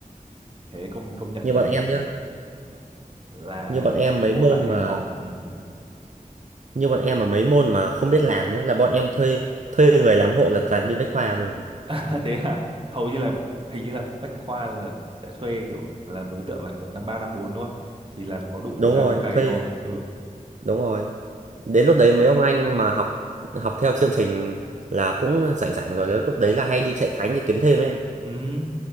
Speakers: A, on the right (about 40°); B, on the right (about 55°).
A: thế công công nhận
B: như
A: là
B: bọn
A: kiểu
B: em nhá
A: là
B: như bọn em mấy
A: ôn
B: môn
A: lại
B: mà
A: thấy khó ừ.
B: như bọn em mà mấy môn mà không biết làm nhá là bọn em thuê thuê người làm hộ là toàn bên bách khoa rồi
A: <laughs> thế à hầu như là hình như là bách khoa là sẽ thuê kiểu là đối tượng là kiểu năm ba năm bốn đúng không thì là có đủ
B: đúng
A: thời gian
B: rồi
A: đi cày
B: thuê
A: đúng không ừ
B: đúng rồi đến lúc đấy mấy ông anh mà học học theo chương trình là cũng rảnh rảnh rồi lúc đấy là hay đi chạy cánh để kiếm thêm ấy anh
A: ừ